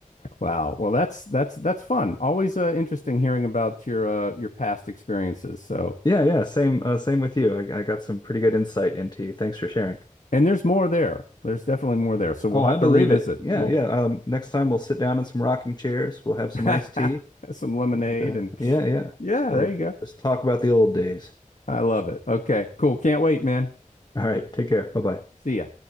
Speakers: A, on the left; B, on the left.
A: wow. Well, that's that's that's fun. Always uh, interesting hearing about your uh, your past experiences. So,
B: yeah, yeah. Same, uh, same with you. I, I got some pretty good insight into you. Thanks for sharing.
A: and there's more there. There's definitely more there. So we'll
B: Oh,
A: have
B: I believe
A: to revisit.
B: it. Yeah,
A: We'll
B: yeah. Um, next time we'll sit down in some rocking chairs. We'll have
A: <laughs>
B: some iced tea,
A: some lemonade
B: and uh,
A: and
B: yeah, yeah.
A: yeah, there
B: We'll
A: you go.
B: just talk about the old days.
A: I love it. Okay, cool. Can't wait, man.
B: All right. Take care. Bye bye.
A: See ya.